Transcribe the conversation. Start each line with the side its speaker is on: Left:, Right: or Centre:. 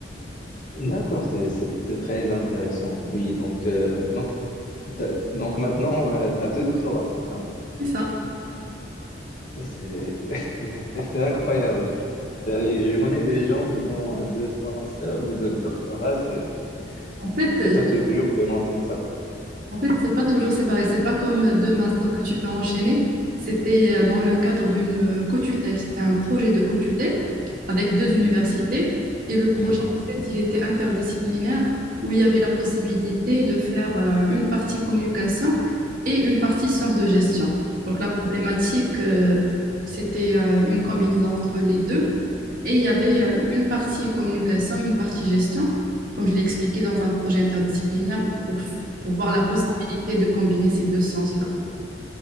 Left: d'accord, c'est c'est- c'est très intéressant. Oui, donc, euh, donc, t'as- donc maintenant, tu as deux doctorats, c'est ça?
Right: C'est ça.
Left: C'est <laughs> c'est incroyable. Euh, et je connais des gens qui ont euh, deux, trois masters, mais de doctorat, c'est
Right: En fait,
Left: c'est pas tous les jours qu'on entend ça.
Right: En fait, c'est pas toujours séparé. C'est pas comme deux masters que tu peux enchaîner. C'était euh, dans le cadre d'une euh, co-tutelle. C'était un projet de co-tutelle avec deux universités. Et le projet,
Left: Hmm.
Right: en fait, il était interdisciplinaire où il y avait la possibilité de faire euh, une partie communication et une partie sciences de gestion. Donc, la problématique, euh, c'était euh, une combinaison entre les deux. Et il y avait euh, une partie communication, une partie gestion, comme je l'ai expliqué dans un projet interdisciplinaire pour pour voir la possibilité de combiner ces deux sciences-là.